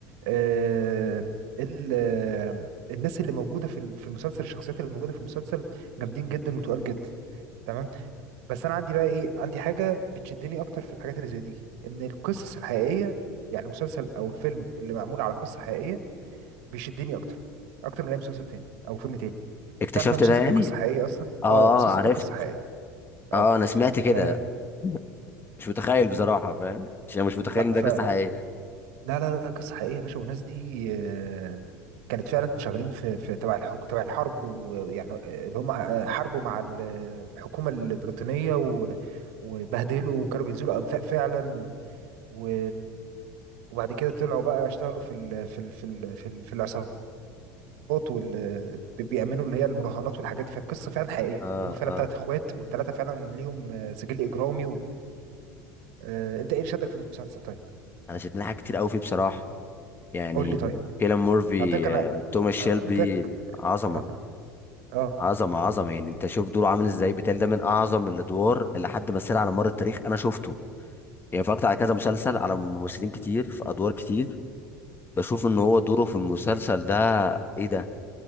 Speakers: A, on the right; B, on the left.
A: آه، ال آه، الناس اللي موجوده في ال- في المسلسل الشخصيات اللي موجوده في المسلسل جامدين جدا وتقال جدا تمام بس انا عندي بقى ايه عندي حاجه بتشدني اكتر في الحاجات اللي زي دي ان القصص الحقيقيه يعني مسلسل او الفيلم اللي معمول على قصه حقيقيه بيشدني اكتر اكتر من اي مسلسل تاني او فيلم تاني
B: اكتشفت
A: تعرف المسلسل
B: ده يعني
A: ده قصه حقيقيه اصلا
B: أه
A: اه المسلسل
B: عرفت
A: ده قصه حقيقيه اه
B: أه أنا سمعت كده
A: ف
B: <laughs> مش متخيل بصراحة فاهم عشان مش متخيل
A: لا
B: إن ده
A: ف
B: قصة حقيقية
A: لا لا لا قصه حقيقيه يا باشا والناس دي آه، كانت فعلا شغالين في في تبع الحكم تبع الحرب ويعني آه، اللي هم آه، حاربوا مع ال- الحكومه البريطانيه و- وبهدلوا وكانوا بينزلوا انفاق فعلا و... و... وبعد كده طلعوا بقى يشتغلوا في ال في ال في ال في, ال في العصابات وال بيأمنوا اللي هي المراهنات والحاجات دي فالقصة فعلا حقيقية
B: أه
A: وهم فعلا
B: أه
A: ثلاث اخوات والثلاثة فعلا ليهم آه، سجل إجرامي و... آه، انت ايه اللي شدك في المسلسل طيب
B: أنا شدني حاجات كتير أوي فيه بصراحة يعني
A: قول لي طيب
B: كيلان مورفي
A: اعتقد انا
B: آه، توماس شيلبي
A: آه، قلت لك
B: عظمه
A: اه اه
B: عظمه عظمه يعني انت شوف دوره عامل ازاي بتهيألي ده من اعظم الادوار اللي حد مثلها على مر التاريخ انا شفته يعني اتفرجت على كذا مسلسل على ممثلين كتير في ادوار كتير بشوف ان هو دوره في المسلسل ده ايه ده